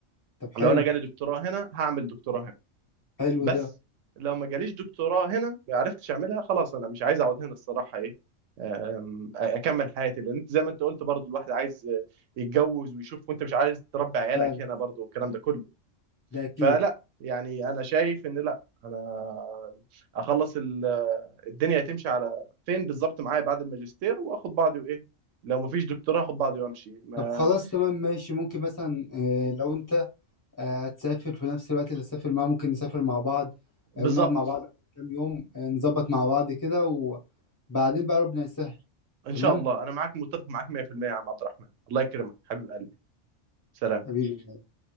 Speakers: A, on the left; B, on the right.
A: طب حلو
B: لو انا جالي دكتوراه هنا هعمل دكتوراه هنا
A: حلو
B: بس
A: ده
B: لو ما جاليش دكتوراه هنا ما عرفتش اعملها خلاص انا مش عايز اقعد هنا الصراحه ايه أم، اكمل حياتي لان انت زي ما انت قلت برضو الواحد عايز يتجوز ويشوف وانت مش عايز تربي عيالك
A: فعلا
B: هنا برضو والكلام ده كله
A: ده اكيد
B: فلا يعني انا شايف ان لا انا اخلص الدنيا هتمشي على فين بالظبط معايا بعد الماجستير واخد بعضي وايه لو مفيش دكتوراه اخد بعضي وامشي ما
A: طب خلاص تمام ماشي ممكن مثلا آه، لو انت آه، تسافر في نفس الوقت اللي تسافر معاه ممكن نسافر مع بعض
B: بالظبط
A: آه، ونقعد مع بعض كام يوم آه، نظبط مع بعض كده وبعدين بقى ربنا يسهل
B: ان
A: تمام
B: شاء الله انا معاك متفق معاك 100% يا عم عبد الرحمن الله يكرمك حبيب قلبي سلام
A: حبيبي